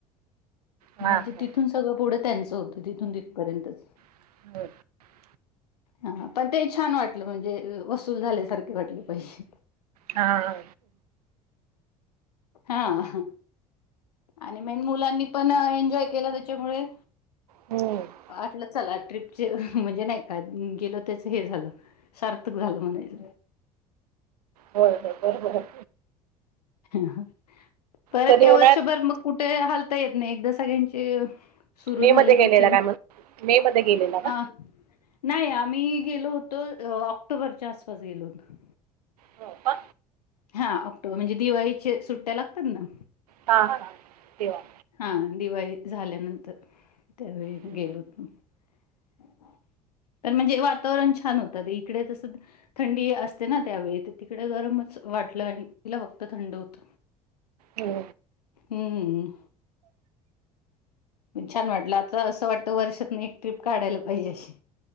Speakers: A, on the right (about 80°); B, on the left (about 85°).
A: हां
B: म्हणजे तिथून सगळं पुढं त्यांचं होतं तिथून तिथपर्यंतच
A: <unintelligible>
B: हा पण ते छान वाटलं म्हणजे वसूल झाल्यासारखे वाटलं पैसे
A: हा.
B: हा. आणि मेन मुलांनी पण एन्जॉय केला, त्याच्यामुळे
A: हो होय
B: आपलं चला ट्र्रीपचे म्हणजे नाही का गेलं त्याच हे झालं. सार्थक झालं म्हणायच.
A: होय होय बरोबर.
B: ह परत
A: कधी
B: काय
A: उन्हाळ्यात
B: वर्षभर मग कुठे हाल ता येत नाही एकदा सगळ्यांचे सुरू
A: मे
B: झाले
A: मध्ये गेलेला
B: रुटीन
A: काय मग मे मध्ये गेलेला
B: नाही
A: का
B: आम्ही गेलो होतो ऑक्टोबरच्या आसपास गेलो होतो.
A: हो का
B: हा ऑक्टोबर म्हणजे दिवाळीच्या सुट्ट्या लागतात ना.
A: हा हा तेव्हा.
B: हा दिवाळी झाल्यानंतर त्यावेळी
A: हम्म.
B: गेलो होतो. ह पण म्हणजे वातावरण छान होतं इकडे तसं थंडी असते ना त्यावेळी तिकडे गरम वाटलं आणि तीला फक्त थंड होत
A: हो
B: हम्म पण छान वाटलं आता असं वाटतं वर्षातनं एक ट्र्रीप काढायला पाहिजे अशी